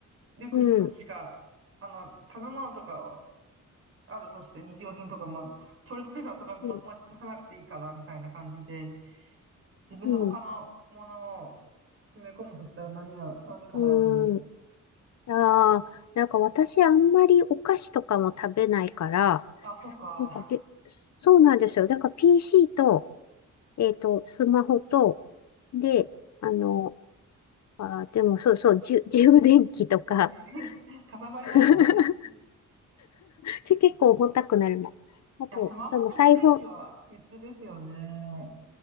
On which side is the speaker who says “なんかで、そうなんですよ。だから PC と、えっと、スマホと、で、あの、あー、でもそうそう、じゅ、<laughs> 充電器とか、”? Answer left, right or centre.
Left